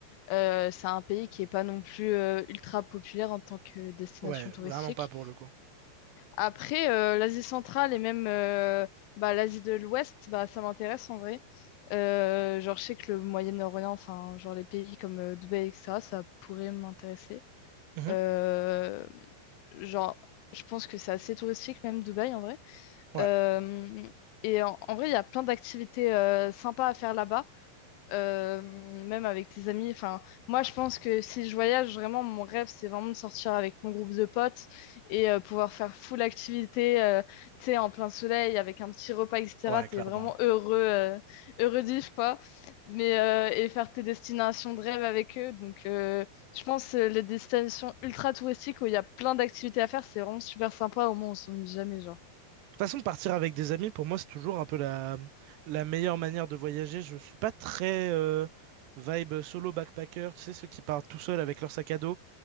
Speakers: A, on the left; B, on the right.
A: euh, c'est un pays qui est pas non plus euh, ultra populaire en tant que destination
B: Ouais,
A: touristique.
B: vraiment pas pour le coup.
A: Après, euh, l'Asie centrale et même euh, bah, l'Asie de l'Ouest, bah, ça m'intéresse en vrai. Euh, genre, je sais que le Moyen-Orient, enfin, genre les pays comme euh, Dubaï, etc., ça pourrait m'intéresser.
B: Mhm.
A: Euh, genre, je pense que c'est assez touristique même Dubaï en vrai.
B: Ouais,
A: Euh, et en, en vrai, il y a plein d'activités euh, sympas à faire là-bas, euh, même avec tes amis. Enfin, moi, je pense que si je voyage, vraiment, mon rêve, c'est vraiment de sortir avec mon groupe de potes et euh, pouvoir faire full activité, euh, tu sais, en plein soleil, avec un petit repas, etc.
B: ouais,
A: T'es
B: clairement.
A: vraiment
B: hein.
A: heureux, euh, heureux d'y, quoi. Mais, euh, et faire tes destinations de rêve avec eux. Donc, euh, je pense euh, les destinations ultra touristiques où il y a plein d'activités à faire, c'est vraiment super sympa. Au moins, on s'ennuie jamais, genre.
B: toute façon, partir avec des amis, pour moi, c'est toujours un peu la, la meilleure manière de voyager. Je suis pas très euh, vibe solo backpacker, tu sais, ceux qui partent tout seuls avec leur sac à dos.